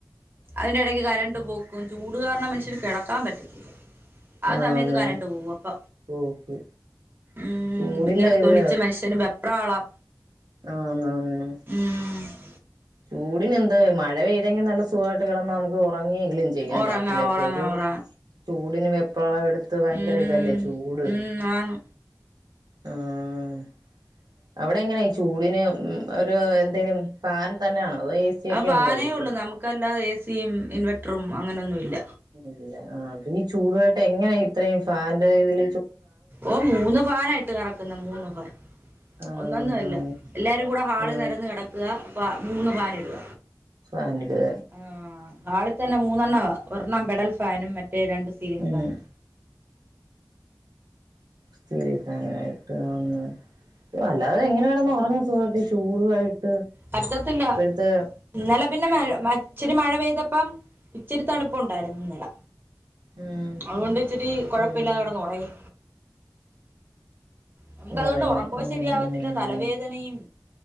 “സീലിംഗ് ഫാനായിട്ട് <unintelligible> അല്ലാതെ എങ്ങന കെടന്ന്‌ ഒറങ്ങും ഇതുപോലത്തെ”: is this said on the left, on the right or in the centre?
Right